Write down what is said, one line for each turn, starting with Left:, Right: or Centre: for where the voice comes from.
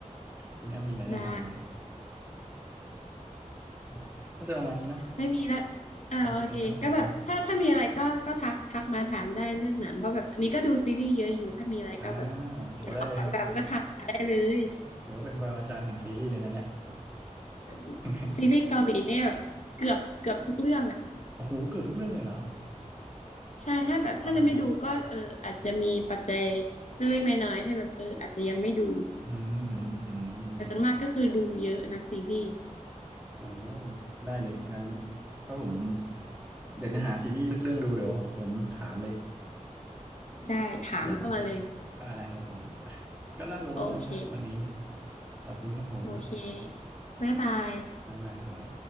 Right: คุณแอมมีอะไรแนะนำอีกไหม
Left: ได้
Right: <laughs> น่าจะประมาณนี้เนาะ
Left: ไม่มีละอ่าโอเคก็แบบถ้าถ้ามีอะไรก็ก็ทักทักมาถามได้เรื่องหนังเพราะแบบอันนี้ก็ดูซีรีส์เยอะอยู่ถ้ามีอะไรก็แบบ
Right: โอเคครับผมอ่าโอ้โหได้เลยครับ
Left: อยากขอคำถามก็ทักมาได้เลย
Right: ถือว่าเป็นปรมาจารย์แห่งซีรีส์เลยนะเนี่ย
Left: แบบ
Right: <laughs>
Left: ซีรีส์เกาหลีเนี่ยเกือบเกือบทุกเรื่องอ่ะ
Right: โอ้โหเกือบทุกเรื่องเลยเหรอ
Left: ใช่ถ้าแบบถ้าจะไม่ดูก็เอออาจจะมีปัจจัย
Right: ว้าว
Left: เล็กๆน้อยๆที่แบบเอออาจจะยังไม่ดู
Right: อืมอืมอืม
Left: แต่ส่วนมากก็คือดูเยอะนะซีรีส์
Right: โอ้ได้เลยงั้นถ้าผมอยากจะหาซีรีส์สักเรื่องดูเดี๋ยวผมถามเลย
Left: ได้ถามเข้ามาเลย
Right: อย่าทักไปได้ครับผม <laughs> ก็น่าจะประมาณนี้นะวันนี้
Left: โอเค
Right: ขอบคุณครับผม
Left: โอเคบ๊ายบาย
Right: บ๊ายบายครับ